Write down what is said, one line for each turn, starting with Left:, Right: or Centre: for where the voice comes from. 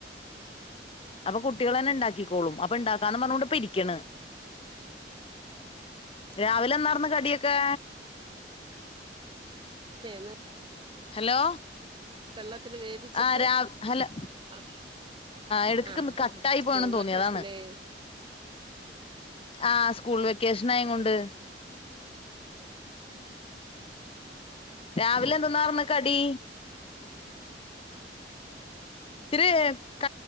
Left: അപ്പൊ കുട്ടികള് തന്നെ ഇണ്ടാക്കിക്കോളും അപ്പൊ ഇണ്ടാക്കാന്ന് പറഞ്ഞുകൊണ്ട് ഇരിക്കണ് രാവിലെ എന്താർന്ന് കടിയൊക്കെ?
Right: <unintelligible>
Left: ഹലോ
Right: പല്ല <unintelligible> വേവിച്ചിട്ട്
Left: ആ രാ ഹലോ
Right: ആ
Left: ഇടക്കൊക്കെ
Right: ആ
Left: കട്ടായി
Right: സ്കൂൾ
Left: പോണെന്ന് തോന്നി
Right: വെക്കേഷനല്ലേ
Left: അതാണ് ആ സ്കൂൾ വെ ക്കേഷനായ കൊണ്ട് രാവിലെ
Right: കടയിൽ
Left: എന്തോന്നാർന്നു കടി? ഇച്ചിരി ക